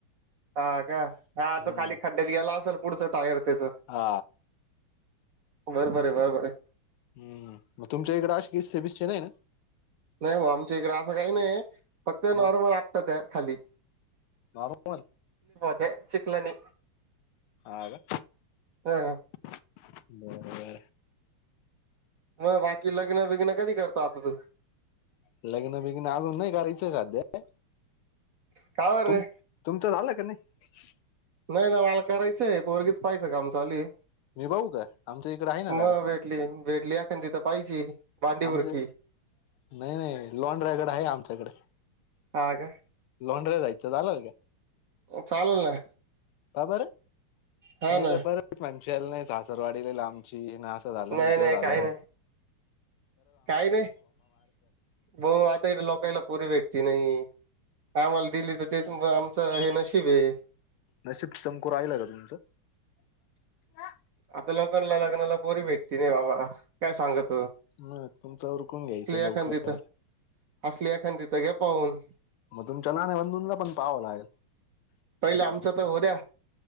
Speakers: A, on the right; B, on the left.
A: हा का हा
B: हम्म
A: तो खाली खड्ड्यात ग्यायला असेल पुढचा टायर त्याच
B: हा
A: बरोबर
B: असं
A: आहे बरोबर आहे
B: हम् मग तुमच्या इकडे अ किस्सेबीसचे नाही ना
A: नाही भा आमच्या इकडे असं काही नाही फक्त
B: मग
A: नॉर्मल आपटत्यात खाली
B: नॉर्मल
A: हे चिखलानी
B: हा का
A: ह
B: बरोबर
A: मग बाकी लग्न बिग्न कधी करत आता तू
B: लग्न बिग्न अजून नाही करायचंय साध्या
A: कावर
B: तुम
A: रे
B: तुमचं तर झालं का नाही
A: नाही नाही मला करायचं आहे पोरगीच पाहियं च काम चालू आहे
B: मी पाहू का आमच्या इकडे आहे ना
A: मग
B: दारा
A: भेटली भेटली अखण तिथ पाहिजे भांडी
B: आमचे
A: बुरकी
B: नाही नाही लॉन ड्रायवर आहे आमच्याकडे
A: आ काय
B: लॉंड्रे जायचं झालं का
A: चालेल ना
B: का बर
A: हा
B: नाही
A: ना
B: ते पर मंशला नाही सासरवाडी लई लांबची नाही असं झालं आणि
A: नाही नाही
B: तो झालंय
A: काही नाही काही नाही ब आता इ लोकाला पुरी भेटती नाही आम्हाला दिली तर तेच आमचं हे नशीब आहे
B: नसिब चमकू राहिलं का तुमचं
A: आता लोकांना लग्नाला पोरी भेटते नाही बाबा काय सांगते
B: ह तुमचा उरकून घ्यायचं लवकर
A: एखादी तर असली एखादी तर घे पाहून
B: मग तुमच्या ना लहान बंधूला पण पहावं लागेल
A: पहिले आमचं तर होऊ द्या